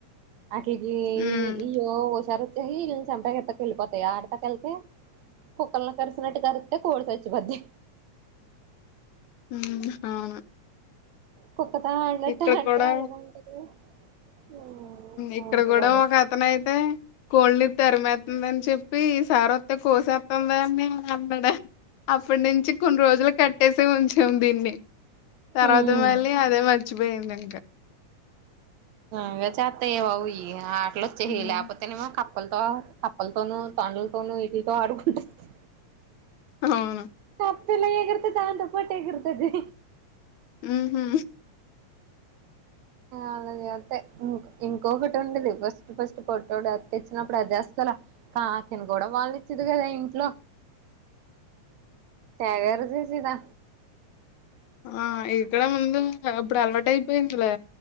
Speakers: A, on the right; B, on the left.
A: ఆకేజి
B: హ్మ్.
A: ఇయ్యో హుషారు వచ్చేసి ఈల్ చంపాక ఎతా కెళ్ళిపోతాయా ఆడతా కెల్తే. కుక్కల్ని కర్సినట్ కరిస్తే కోడి సచిపోద్ది.
B: హ్మ్! అవును.
A: కుక్కతో ఆడినట్టు
B: ఇక్కడ
A: ఆడితే
B: కూడా
A: అలాగ ఉంటది. ఊ
B: ఇక్కడ
A: అలాంటి
B: కూడా
A: వాడు
B: ఒక అతను అయితే కోల్ని తర్మెత్ ఉందని చెప్పి ఈ సారి వస్తే కోసేస్తాం అని అన్నాడు. అప్పటి నుంచి కొన్ని రోజులు కట్టేసే ఉంచాం దీన్ని. తర్వాత
A: ఊ
B: మళ్ళీ అదే మర్చిపోయింది ఇంకా.
A: అగా చేత్తాయ బవు ఆట్లు వచ్చాయి
B: ఉమ్,
A: లేకపోతేనేమో క కప్పలతో కప్పలతోనూ తొండలతోనూ ఈటితో ఆడుకుంటాది.
B: అవును
A: కప్పెలా ఎగురుతాద్ది దాంతోపార్టీగురుతాద్ది.
B: ఉ హూ
A: ఆళ్లది అంతే ఇంకొకటి ఉండలే ఫస్ట్ ఫస్ట్ పొట్టోడు అతికిచ్చినప్పుడు. చేస్తల కాకిని కూడా వాళ్ళనిచ్చేది కాదు ఆ ఇంట్లో. తెగారుచేసేదా.
B: ఆ ఇక్కడ ముందు అప్పుడు అలవాటు అయిపోయిందిలే.